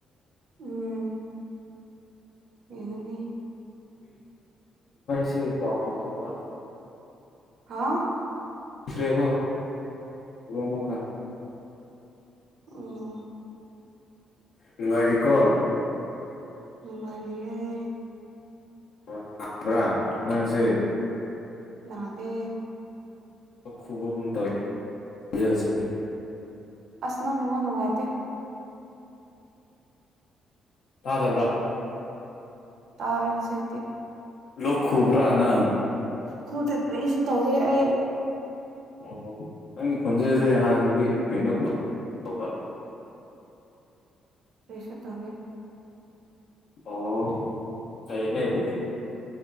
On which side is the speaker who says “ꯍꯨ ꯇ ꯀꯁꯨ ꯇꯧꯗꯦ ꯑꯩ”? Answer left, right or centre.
Right